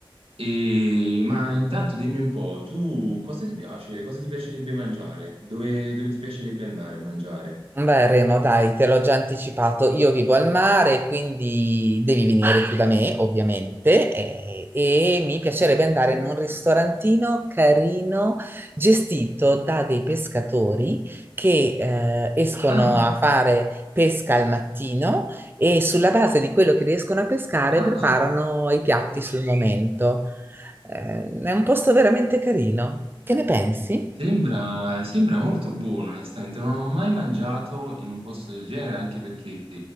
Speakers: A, on the right (about 85°); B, on the right (about 25°).
A: E- Ma intanto dimmi un po', tu cosa ti piace? Cosa ti piacerebbe mangiare? Dove, dove ti piacerebbe andare a mangiare?
B: Beh, Remo, dai, te l'ho già anticipato. Io vivo al mare, quindi devi venire qui da me, ovviamente, e, e mi piacerebbe andare
A: Certo.
B: in un ristorantino carino gestito da dei pescatori che eh, escono
A: Ah,
B: a fare pesca al mattino e sulla base di quello che riescono a pescare
A: ah.
B: preparano i piatti sul momento. Eh, è un posto veramente carino. Che ne pensi?
A: Sembra, sembra molto buono, onestamente. Non ho mai mangiato in un posto del genere, anche perché,